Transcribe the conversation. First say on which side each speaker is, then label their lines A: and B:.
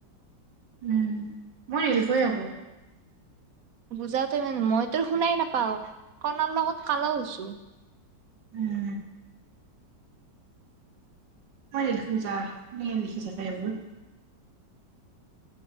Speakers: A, on the right; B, on the right.
A: উম মই নিলিখোয় আকৌ
B: বুজাতে ইমান মই তোৰ শুনাই নাপাও কাণৰ লগত কালাওছো
A: উম মান লিখোছা লিখিছা চবোৰ